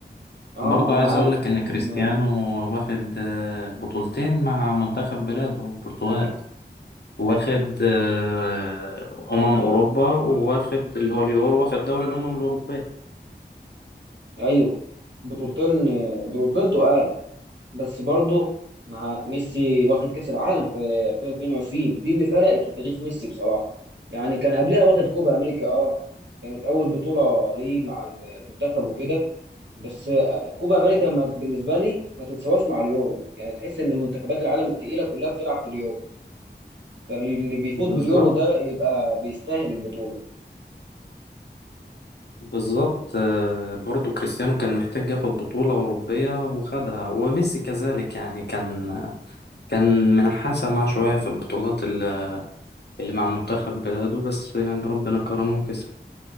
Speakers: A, on the right; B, on the left.
A: اه
B: برضو
A: أنا
B: عايز
A: عارف
B: أقول لك إن
A: هم
B: كريستيانو واخد آه، بطولتين مع منتخب بلاده البرتغال واخد آه، أمم أوروبا وواخد اللي هو اليورو واخد دوري الأمم الأوروبية
A: أيوه بطولتين بطولتين تقال بس برضو مع ميسي واخد كأس العالم في 2022 دي اللي فرقت في تاريخ ميسي بصراحة يعني كان قبلها واخد كوبا أمريكا اه كانت أول بطولة ليه مع المنتخب وكده بس كوبا أمريكا ما- بالنسبة لي ما تتساواش مع اليورو يعني تحس إن منتخبات العالم التقيلة كلها بتلعب في اليورو فاللي بيفوز
B: بالظبط
A: باليورو ده يبقى بيستاهل البطولة
B: بالظبط آه، برضو كريستيانو كان محتاج ياخد بطولة أوروبية وخدها وميسي كذلك يعني كان كان منحاسة مع شوية في البطولات اللي اللي مع منتخب بلاده بس يعني ربنا كرمه وكسب